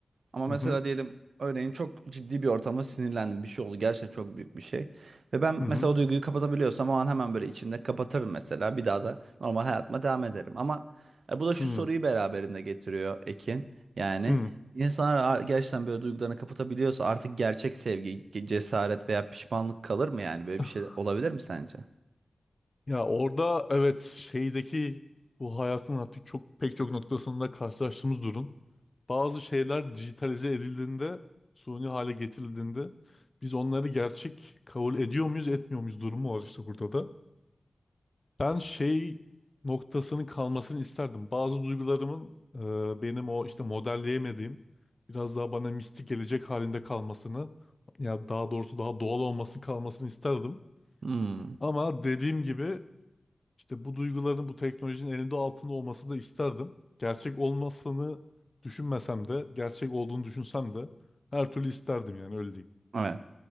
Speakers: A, on the right; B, on the left.
A: Ama
B: Hı
A: mesela
B: hı
A: diyelim örneğin çok ciddi bir ortamda sinirlendim. Bir şey oldu. Gerçekten çok büyük bir şey. Ve ben
B: hı
A: mesela o duyguyu kapatabiliyorsam o an hemen böyle içimde kapatırım mesela. Bir daha da normal hayatıma devam ederim. Ama e, bu da şu
B: hı hı.
A: soruyu beraberinde getiriyor Ekin. Yani
B: hı.
A: insanlar a- gerçekten böyle duygularını kapatabiliyorsa artık gerçek sevgi, ge- cesaret veya pişmanlık kalır mı yani? Böyle
B: <laughs>
A: bir şey olabilir mi sence?
B: Ya orada evet şeydeki bu hayatın artık çok pek çok noktasında karşılaştığımız durum. Bazı şeyler dijitalize edildiğinde, suni hale getirildiğinde biz onları gerçek kabul ediyor muyuz, etmiyor muyuz durumu var işte burada da. Ben şey noktasının kalmasını isterdim. Bazı duygularımın e, benim o işte modelleyemediğim biraz daha bana mistik gelecek halinde kalmasını ya daha doğrusu daha doğal olması kalmasını isterdim.
A: Hmm.
B: Ama dediğim gibi işte bu duyguların bu teknolojinin elinde altında olması da isterdim. Gerçek olmasını düşünmesem de, gerçek olduğunu düşünsem de her türlü isterdim yani öyle diyeyim.
A: Evet.